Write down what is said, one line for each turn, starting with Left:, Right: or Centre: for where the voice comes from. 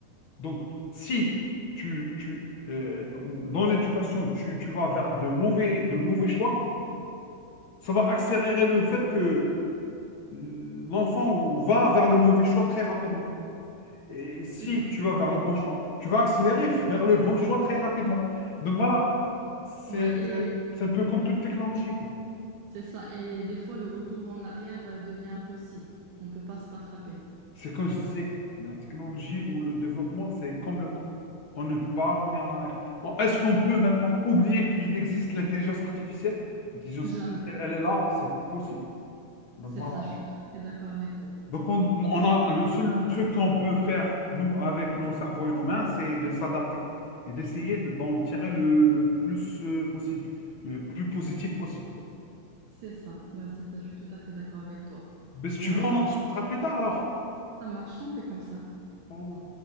Left: Donc, si tu, tu euh, dans dans l'éducation, tu, tu vas vers de mauvais, de mauvais choix, ça va accélérer le fait que euh, l'enfant ou va vers le mauvais choix très rapidement. Et si
Right: C'est ça.
Left: tu vas vers le bon choix, tu vas accélérer <laughs> vers le bon choix très rapidement. Donc voilà, c'est
Right: Ouais, et
Left: c'est un, c'est un peu comme toute technologie, quoi.
Right: c'est ça. Et des fois, le retour en arrière euh, devient impossible. On ne peut pas se rattraper.
Left: C'est comme je disais, la technologie ou le développement, c'est comme le temps. On ne peut pas revenir en arrière. En- Est-ce qu'on peut maintenant oublier qu'il existe l'intelligence artificielle? L'intelligence
Right: Jamais.
Left: artificielle, elle est là, c'est plus possible. Donc
Right: C'est
Left: voilà.
Right: ça, je suis tout à fait d'accord avec toi.
Left: Donc on, on a le seul truc qu'on peut faire, nous, avec nos cerveaux et nos mains, c'est de s'adapter et d'essayer de- d'en tirer le, le plus euh, possible, le plus positif
Right: Euh,
Left: possible, quoi.
Right: C'est ça. Bah, c'est ça, je suis tout à fait d'accord avec toi.
Left: Mais si tu
Right: Bon,
Left: veux,
Right: là,
Left: on
Right: je...
Left: en
Right: dois...
Left: discutera plus tard alors.
Right: ça marche, on fait comme ça.
Left: Enfin,